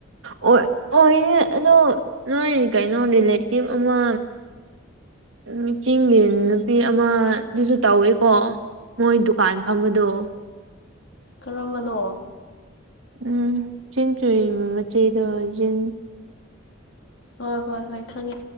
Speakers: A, on the right; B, on the left.
A: ꯑꯣꯏ ꯑꯣꯏꯅꯦ ꯑꯗꯣ ꯅꯣꯏ ꯀꯩꯅꯣ ꯔꯤꯂꯦꯇꯤꯞ ꯑꯃ ꯎꯝ ꯆꯤꯡꯒꯤ ꯅꯨꯄꯤ ꯑꯃꯗꯨꯁꯨ ꯇꯧꯋꯦꯀꯣ ꯃꯣꯏ ꯗꯨꯀꯥꯟ ꯐꯝꯕꯗꯣ
B: ꯀꯔꯝꯕꯅꯣ
A: ꯎꯝ ꯆꯤꯟ ꯆꯨꯏ ꯃꯆꯦꯗꯣ ꯆꯤꯟ
B: ꯍꯣꯏ ꯍꯣꯏ ꯍꯣꯏ ꯈꯪꯉꯦ